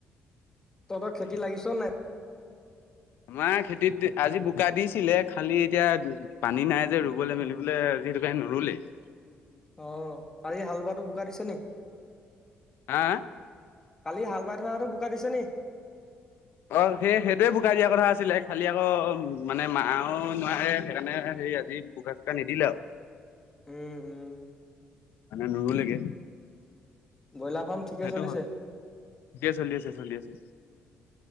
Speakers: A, on the left (about 15°); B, on the left (about 75°).
A: তহঁতৰ
B: ঠিকে।
A: খেতি লাগিছ নাই?
B: আমাৰ খেতিত। আজি বোকা দিছিলে, খালি এতিয়া পানী নাই যে ৰুবলৈ মেলিবলৈ আজি হেতু কাৰণে নুৰুলেই। <inaudible>
A: আহ, কালি হাল বোৱাটো বোকা দিছে নি?
B: হা
A: কালি হাল বাই থোৱাটো বোকা দিছে নি?
B: অ সেই সেইটোৱে বোকাই দিয়া কথা আছিলে খালি আকৌ মানে মাও নোৱাৰে সেইকাৰণে, আজি বোকা চোকা নিদিলে আৰু।
A: উম উম
B: মানে নোৰুলেগে
A: ব্ৰইলাৰ ফাৰ্ম ঠিকে
B: সেইটো
A: চলিছে
B: হয় দিয়ে চলি আছে চলি আছে।